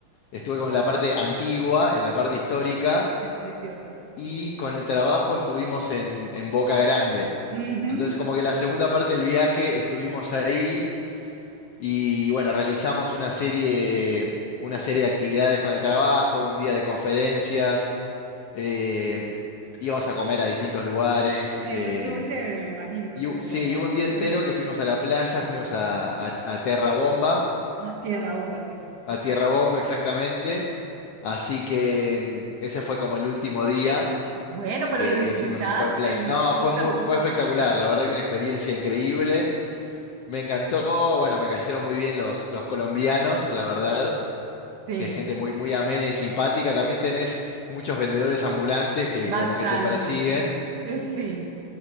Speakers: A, on the left (about 70°); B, on the right (about 60°).
A: Estuve
B: Ok,
A: con la parte antigua, en la parte histórica.
B: es preciosa.
A: y con el trabajo estuvimos en, en Boca Grande.
B: Ujú,
A: Entonces, como que la segunda parte del viaje estuvimos ahí y bueno, realizamos una serie, una serie de actividades con el trabajo, un día de conferencias, eh, íbamos a comer a distintos lugares.
B: Eso
A: eh,
B: estuvo chévere, me imagino, porque
A: y, hu-
B: la
A: sí,
B: comida
A: y hubo
B: es
A: un día entero
B: rica.
A: que fuimos a la playa, fuimos a, a, a Terra Bomba,
B: Ah, tierra bomba, sí.
A: a Tierra Bomba exactamente. Así que mm, ese fue como el último día.
B: Bueno, pero
A: que,
B: lo disfrutaste,
A: que hicimos un poco de playa.
B: no
A: No,
B: estuvo
A: fue
B: tampoco.
A: muy, fue espectacular, la verdad que una experiencia increíble. Me encantó, bueno, me cayeron muy bien los, los colombianos, la verdad,
B: Sí,
A: que es gente muy, muy amena y simpática. También tenés muchos vendedores ambulantes que
B: bastante.
A: como que te persiguen.
B: Eh, Sí.